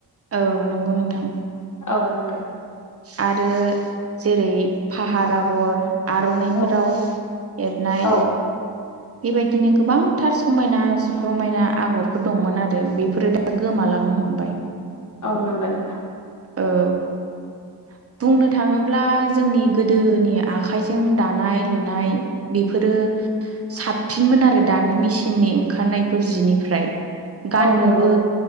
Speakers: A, on the right; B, on the left.
A: औ नंगौ नोंथां
B: औ नोंगौ
A: आरो जेरै फाहार आगर आर'नाइफोराव
B: औ
A: एरनाय
B: औ
A: बेबायदिनो गोबांथार समायना रमायना आगरफोर दंमोन आरो बेफोरो दा गोमालाङो नो हमबाय
B: औ नंगोन नोंथां
A: औ बुंनो
B: औ
A: थाङोब्ला जोंनि गोदोनि आखाइजों दानाय लुनाय बेफोरो साबसिनमोन आरो दानि मेसिननि ओंखारनायफोर जिनिफ्राय गाननोबो
B: औ नंगौ